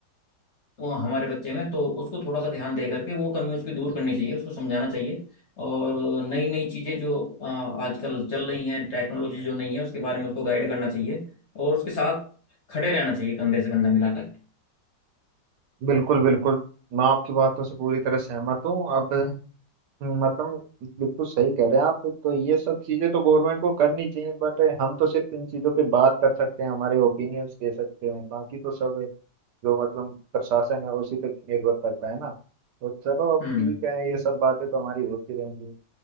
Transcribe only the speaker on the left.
वो हमारे बच्चे में तो उसको थोड़ा सा ध्यान दे करके वो कमी उसकी दूर करनी चाहिए उसको समझाना चाहिए और नई नई चीज़ें जो अ, आजकल चल रही हैं टेक्नोलॉजी जो नहीं है उसके बारे में उसको गाइड करना चाहिए और उसके साथ खड़े रहना चाहिए कंधे से कंधा मिलाकर
हम्म